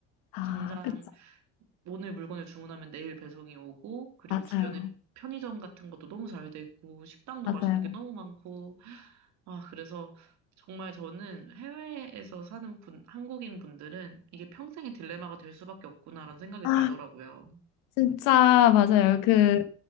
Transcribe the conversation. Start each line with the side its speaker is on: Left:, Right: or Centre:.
Left: 아,
Right: 당장
Left: 그쵸.
Right: 오늘 물건을 주문하면 내일 배송이 오고, 그리고
Left: 맞아요.
Right: 주변에 편의점 같은 것도 너무 잘 돼 있고, 식당도
Left: 맞아요.
Right: 맛있는 게 너무 많고, 아, 그래서 정말 저는 해외에서 사는 분, 한국인 분들은 이게 평생의 딜레마가 될 수밖에 없구나라는 생각이
Left: 아,
Right: 들더라고요.
Left: 진짜 맞아요.
Right: 네,
Left: 그